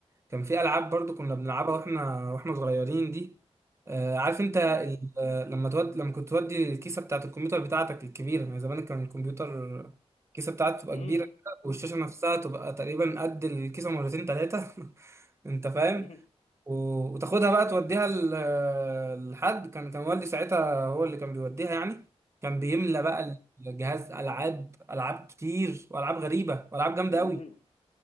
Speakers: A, on the right; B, on the left.
A: كان في العاب برضو كنا بنلعبها واحنا واحنا صغيرين دي آه عارف انت ال...
B: امم
A: آه، لما تود لما كنت تودي الكيسه بتاعت الكمبيوتر بتاعتك الكبيره يعني زمان كان الكمبيوتر الكيسه بتاعته تبقى
B: امم
A: كبيره كده والشاشه نفسها تبقى تقريبا قد الكيسه مرتين ثلاثه <laughs> انت فاهم
B: امم
A: و- وتاخدها بقى توديها ل- لحد كان كان والدي ساعتها هو اللي كان بيوديها يعني كان بيملى بقى الجهاز العاب العاب كتير والعاب غريبه والعاب جامده
B: <laughs>
A: قوي